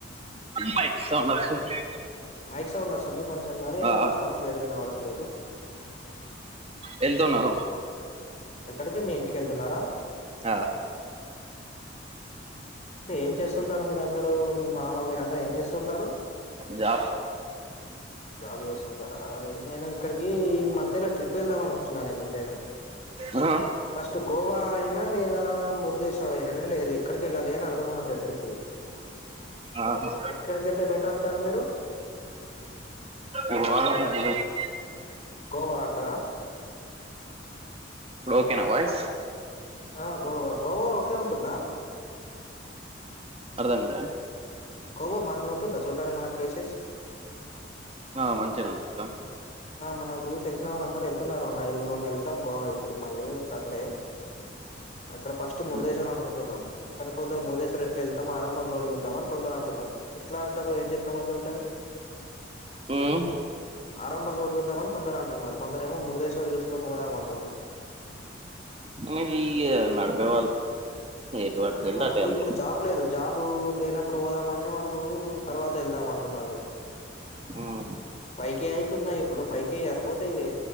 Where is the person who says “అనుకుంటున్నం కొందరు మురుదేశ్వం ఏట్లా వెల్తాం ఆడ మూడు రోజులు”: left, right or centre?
Left